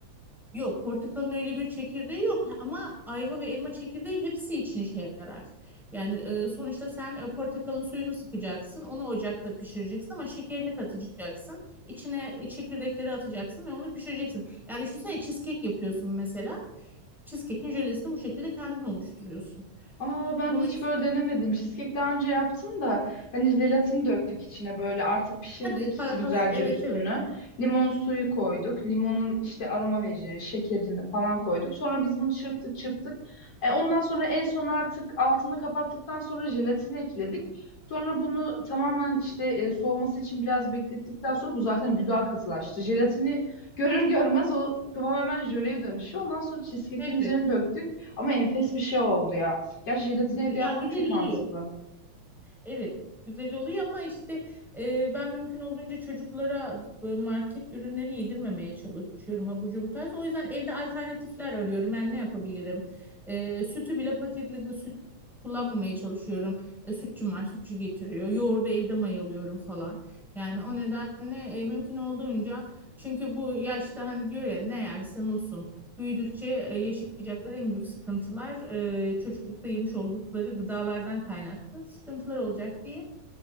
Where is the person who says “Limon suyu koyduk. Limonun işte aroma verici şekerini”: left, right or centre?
Left